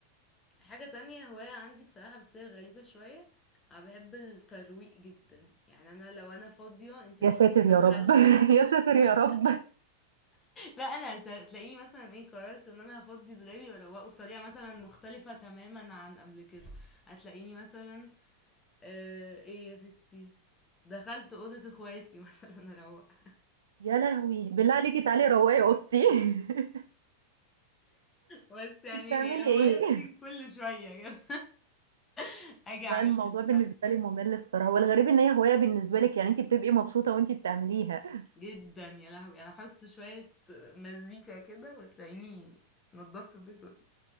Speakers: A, on the left (about 20°); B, on the right (about 65°).
A: حاجة تانية هواية عندي بصراحة بس هي غريبة شوية، أنا باحب الترويق جدًا، يعني أنا لو أنا فاضية أنتِ هتلاقيني
B: يا ساتر
A: دخلت
B: يا رب <laughs> يا ساتر
A: <laughs>
B: يا رب
A: لأ أنا هت هتلاقيني مثلًا إيه قررت إن أنا هافضي دولابي وأروّقه بطريقة مثلًا مختلفة تمامًا عن قبل كده، هتلاقيني مثلًا آآ، إيه يا ستي، دخلت أوضة اخواتي <laughs> مثلًا أروّقها
B: يا لهوي بالله عليكي تعالي روقي اوضتي <laughs>
A: بس يعني
B: بتعملي
A: هي هواية
B: ايه
A: بتيجي كل شوية كده، <laughs> آجي
B: لا
A: أعملها
B: الموضوع
A: لِك
B: بالنسبه لي ممل الصراحه والغريب ان هي هوايه بالنسبه لك يعني انت بتبقي مبسوطه وانت بتعمليها
A: جدًا يا لهوي! أنا أحط شوية مزيكا كده وتلاقيني نضّفت البيت كله.